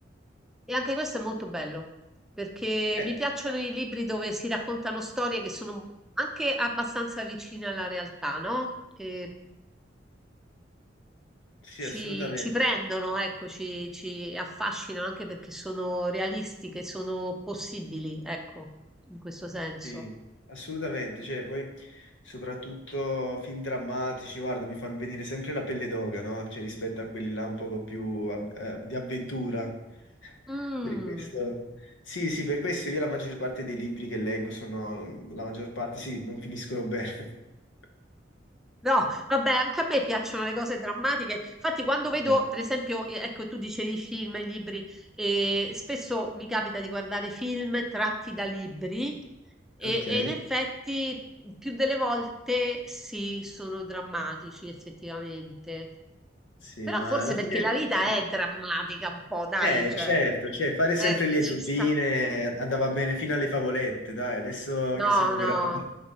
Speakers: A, in the centre; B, on the left.
A: E anche questo è molto bello, perché
B: Eh,
A: mi piacciono i libri dove si raccontano storie che sono anche abbastanza vicine alla realtà, no? Che
B: sì,
A: ci,
B: assolutamente,
A: ci prendono, ecco, ci, ci affascinano anche perché sono realistiche, sono possibili, ecco, in questo senso.
B: sì, assolutamente, cioè poi soprattutto film drammatici, guarda, mi fanno venire sempre la pelle d'oca, no? Cioè rispetto a quelli là un poco più ab- eh, di avventura. <laughs>
A: Mm.
B: Per questo... Sì, sì, per questo io la maggior parte dei libri che leggo sono, la maggior parte, sì, non finiscono bene. <laughs>
A: No, vabbè, anche a me piacciono le cose drammatiche. Infatti, quando vedo,
B: Eh,
A: per esempio, eh, ecco, tu dicevi film, e libri, e spesso mi capita di guardare film tratti da libri e,
B: Ok.
A: e in effetti più delle volte sì, sono drammatici, effettivamente.
B: Sì,
A: Però
B: ma
A: forse
B: alla
A: perché
B: fine,
A: la vita
B: sì.
A: è drammatica un po', dai,
B: Eh,
A: cioè,
B: certo, cioè, fare sempre
A: eh,
B: lieto
A: ci sta.
B: fine eh, andava bene fino alle favolette, dai, adesso
A: No,
B: che siamo
A: no.
B: grandi.